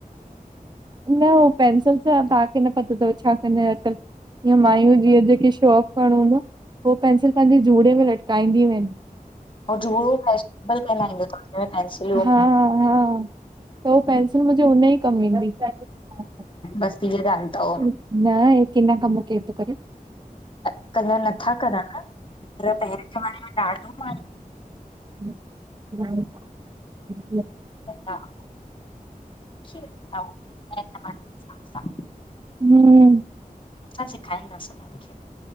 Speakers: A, on the right; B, on the left.
A: न हो पेंसिल सां ताखें न पतो थव छा कंदा आहिनि अॼुकल्ह ईय मायूं जीअं जेके शौक करणो हूंदो आ पो पेंसिल पंहिंजे जूड़े में लटकाईंदियूं आहिनि।
B: हो जूड़ो <unintelligible> कहलाइंदों थव फैंसी
A: हा हा त हू पेंंसिल मुजे हुन ई <unintelligible>
B: बसि इहा ॻाल्हि अथव
A: न हेतरे मे कम केर थो करे
B: अॼुकल्ह नथा करनि न, पर पहिरें जमाने में ॾाढो
A: ह <inaudible> <unintelligible>
B: हा <inaudible> <inaudible> सां
A: हम्म
B: असां सिखाईदासीं उन्हनि खे